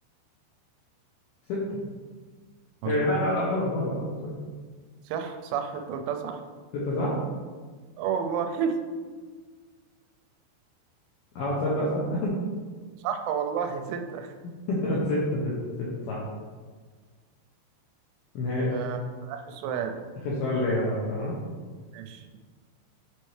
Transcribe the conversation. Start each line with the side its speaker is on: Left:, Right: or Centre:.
Left: ستة
Right: مظبوط
Left: آه لا لا لا غلط غلط غلط سوري
Right: صح صح انت قلتها صح
Left: ستة صح
Right: اه والله <laughs>
Left: اه تصدق صح
Right: صح والله ستة
Left: <laughs> ستة ستة ستة صح ماشي
Right: آه، آخر سؤال
Left: آخر سؤال ليا أنا بقى تمام
Right: ماشي